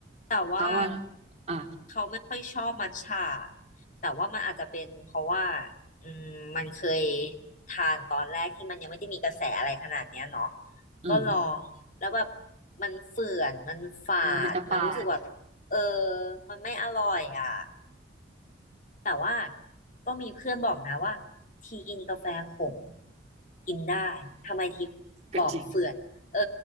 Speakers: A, on the left (about 40°); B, on the right (about 35°).
A: แต่ว่า
B: เขาว่าอ่ะ
A: เขาไม่ค่อยชอบมัทฉะแต่ว่ามันอาจจะเป็นเพราะว่าอืมมันเคยทานตอนแรกที่มันยังไม่ได้มีกระแสอะไรขนาดเนี้ยเนาะ
B: อืม
A: ก็ลองแล้วแบบมันเฝื่อนมันฝาดมันรู้สึกแบบเออ
B: เออมันจะปาด
A: มันไม่อร่อยอ่ะ แต่ว่าก็มีเพื่อนบอกนะว่าทีกินกาแฟขมกินได้ทำไมที
B: <laughs> ก็จริง
A: บอกเฟื่อนเออ